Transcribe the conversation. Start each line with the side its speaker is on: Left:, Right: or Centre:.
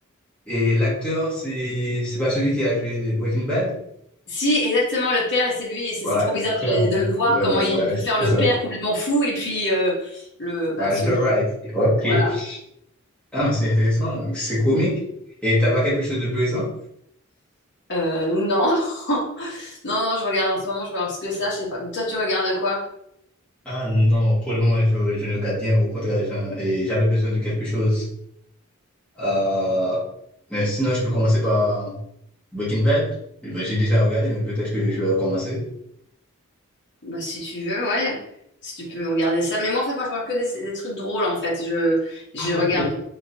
Centre: et l'acteur, c'est c'est pas celui qui a joué des Breaking Bad?
Left: Si, exactement, le père, et c'est lui, et c'est
Centre: Ouais,
Left: c'est trop
Centre: le
Left: bizarre de,
Centre: père,
Left: le
Centre: là.
Left: de le voir,
Centre: ouais,
Left: comment
Centre: ouais,
Left: il
Centre: ouais,
Left: peut faire
Centre: c'est
Left: le
Centre: ça.
Left: père complètement fou, et puis euh, le, bah,
Centre: Walter
Left: celui
Centre: Wright,
Left: qui.
Centre: ok.
Left: Voilà.
Centre: Ah, mais c'est intéressant, donc c'est comique. Et t'as pas quelque chose de plus récent?
Left: Euh, non. <laughs> Non, non, je regarde en ce moment, je regarde ce que ça, je sais pas. toi, tu regardes quoi?
Centre: Ah non, pour le moment, je, je ne regarde bien. Au contraire, j'en- et j'avais besoin de quelque chose. Euh, mais sinon, je peux commencer par Breaking Bad. Eh Ben, J'ai déjà regardé, mais peut-être que je vais recommencer.
Left: Bah, si tu veux, ouais. Si tu peux regarder ça. Mais moi, en fait, moi, je regarde que des, des trucs drôles, en fait. Je, je
Centre: Ah, ok.
Left: regarde,